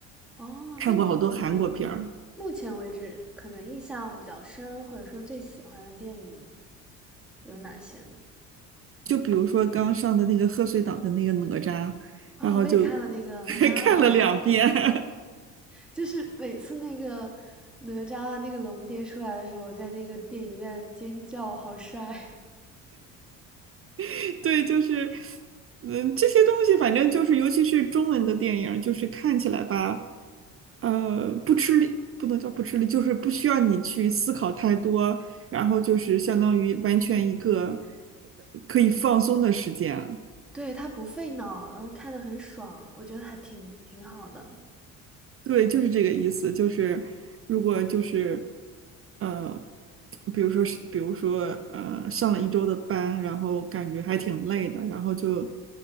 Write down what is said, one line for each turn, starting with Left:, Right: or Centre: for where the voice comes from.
Centre: 哦，
Right: 看过好多韩国片儿。
Centre: 那你你目前为止可能印象比较深，或者说最喜欢的电影有哪些呢？
Right: 就比如说刚上的那个贺岁档的那个哪吒，
Centre: 哦，
Right: 然后就
Centre: 我也看了那个哪吒二，
Right: <laughs> 看了两遍
Centre: 对吧？就是每次那个哪吒二那个龙爹出来的时候，我在那个电影院尖叫，好帅。
Right: <laughs>。对，就是嗯，这些东西反正就是，尤其是中文的电影，就是看起来吧，呃，不吃力，不能叫不吃力，就是不需要你去思考太多，然后就是相当于完全一个可以放松的时间。
Centre: 对，它不费脑，然后看的很爽，我觉得还挺挺好的。
Right: 对，就是这个意思，就是如果就是呃，比如说是，比如说呃，上了一周的班，然后感觉还挺累的，然后就